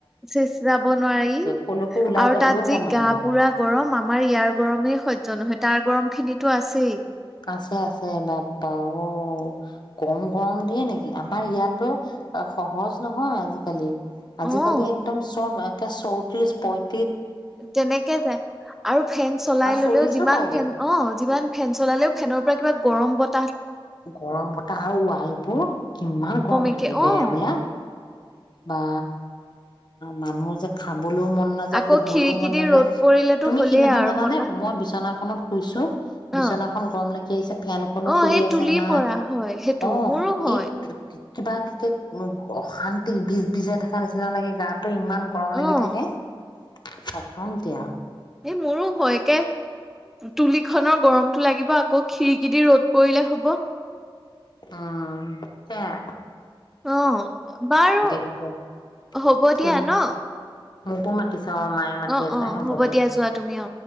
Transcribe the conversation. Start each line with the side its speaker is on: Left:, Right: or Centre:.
Centre: চেছ যাব নোৱাৰি।
Left: কলৈকো ওলাই
Centre: আৰু
Left: যাবলৈও
Centre: তাত যি
Left: মন নাযাব
Centre: গা-পুৰা গৰম, আমাৰ ইয়াৰ গৰমেই স য্য নহয় তাৰ গৰম খিনিতো আছেই।
Left: আছে - আছে বাপ্পা অ'। কম গৰম দিয়ে নেকি? আমাৰ ইয়াতো অ- সহজ নহয় আজিকালি আজিকালি
Centre: অ'।
Left: একদম চব আ টা চৌত্ৰিছ পইট
Centre: তেনেকে যায়। আৰু ফেন চলাই
Left: আৰু
Centre: ল'লেও
Left: চল্লিশো
Centre: যিমান
Left: পায়গে
Centre: ফেন- অ' যিমান ফেন চলালেও ফেনৰ পৰা কিবা গৰম বত
Left: গৰম বতাহ আৰু ৱাল বোৰ কিমান গৰম হৈ
Centre: একে
Left: থাকে বেৰবিলাক।
Centre: অ'
Left: বা মানুহ যে খান বলৈও মন নাযায়,
Centre: আকৌ
Left: শুবলৈও
Centre: খিৰিকী
Left: মন
Centre: দি
Left: নাযায়।
Centre: ৰ'দ পৰিলেতো
Left: তুমি
Centre: হ'লেই
Left: সিদিনাখন
Centre: আৰু
Left: জানানে,
Centre: বতাহ
Left: মই বিচনাখনত শুইছোঁ। বিছনাখন
Centre: অ'
Left: গৰম লাগি। সেই চে ফেনখনো
Centre: অ'
Left: চলি
Centre: সেই
Left: আছে।
Centre: তুলিৰ
Left: তে না-
Centre: পৰা হয় সেইটো
Left: অ'
Centre: মোৰো হয়
Left: এইট থুপি কিবা একে উ অশান্তি বিজ বিজাই থাকা নিচিনা লাগে গাত। টো ইমান গৰম লাগি
Centre: অ'।
Left: থাকে। পকাম দিয়া।
Centre: এ মোৰো হয় একে তুলি খনৰ- গৰমটো লাগিব আকৌ খিৰিকি দি ৰ'দ পৰিলে হ'ব।
Left: অ' <unintelligible>
Centre: অ, বাৰু
Left: কেতিয়া
Centre: হব
Left: ঠিক
Centre: দিয়া ন।
Left: মোকো মাতিছে। অ মায়ে মাতি
Centre: অ
Left: আছে,
Centre: অ
Left: হ'ব দিয়া।
Centre: যোৱা তুমি অ।